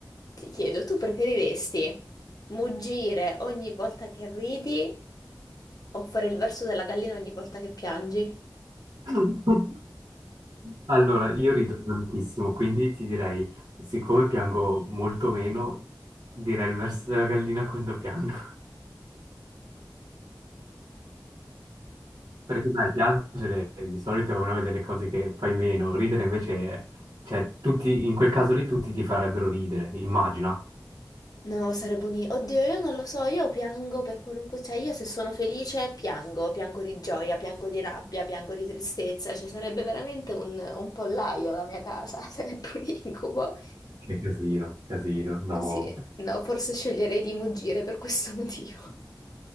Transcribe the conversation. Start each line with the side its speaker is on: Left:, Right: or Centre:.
Left: Ti chiedo, tu preferiresti muggire ogni volta che ridi o fare il verso della gallina ogni volta che piangi?
Right: <laughs> Allora, io rido tantissimo, quindi ti direi, siccome piango molto meno, direi il verso della gallina quando piango. Perché dai, piangere di solito è una delle cose che fai meno, ridere invece, è- cioè, tutti, in quel caso lì tutti ti farebbero ridere, immagina.
Left: No, sarebbe un... Oddio, io non lo so, io piango per qualunque... Cioè, io se sono felice piango, piango di gioia, piango di rabbia, piango di tristezza, cioè sarebbe veramente un, un pollaio la mia casa, <laughs> sarebbe un incubo.
Right: Che casino, casino, no.
Left: Sì, no, forse sceglierei di muggire per questo <laughs> motivo.